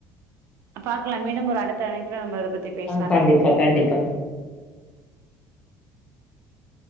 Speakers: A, on the right (about 55°); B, on the left (about 20°).
A: பாக்கலாம் மீண்டும் ஒரு அடுத்த இணைப்புல நம்ம இத பத்தி பேசுவோ
B: ஆ
A: நன்றி
B: கண்டிப்பா கண்டிப்பா
A: <unintelligible>